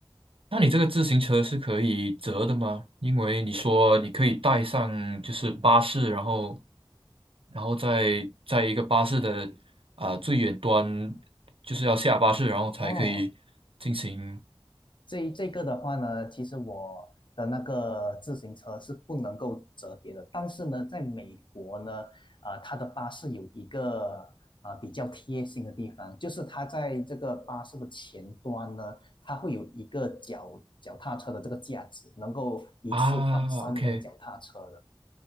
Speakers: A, on the right (about 90°); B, on the left (about 60°).
A: 那你这个自行车是可以折的吗？因为你说你可以带上就是巴士，然后然后再在一个巴士的啊、最远端，就是要下巴士，然后才可以进行
B: 哦这这个的话呢，其实我的那个自行车是不能够折叠的，但是呢，在美国呢，啊、它的巴士有一个啊、呃比较贴心的地方，就是它在这个巴士的前端呢，它会有一个脚脚踏车的这个架子，能够一次放三辆脚踏车的。
A: 啊，OK。